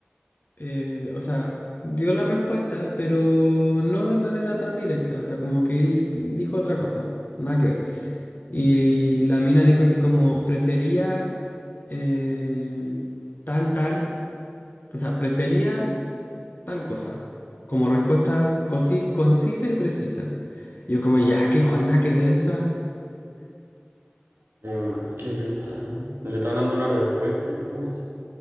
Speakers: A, on the left (about 50°); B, on the right (about 75°).
A: eh, o sea, dio la respuesta, pero no de manera tan directa, o sea, como que hiz- dijo otra cosa, nada que ver. Y la mina dijo así como, prefería eh, tal, tal, o sea, prefería tal cosa, como respuesta cosi- concisa y precisa. Yo como, ya, qué onda, qué densa.
B: Qué mal, qué pesado. Le están dando una respuesta y se pone así.